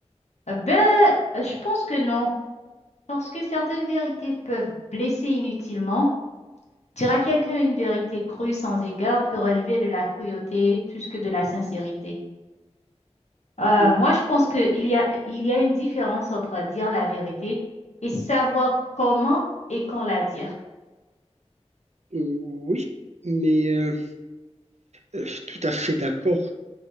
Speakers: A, on the left; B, on the right.
A: Euh, Ben, je pense que non, parce que certaines vérités peuvent blesser inutilement. Dire à quelqu'un une vérité crue sans égard peut relever de la cruauté plus que de la sincérité. Euh,
B: Euh,
A: moi, je pense qu'il y a, il y a une différence entre dire la vérité et savoir comment et quand la dire.
B: euh, Oui, mais euh, euh, tout à fait d'accord.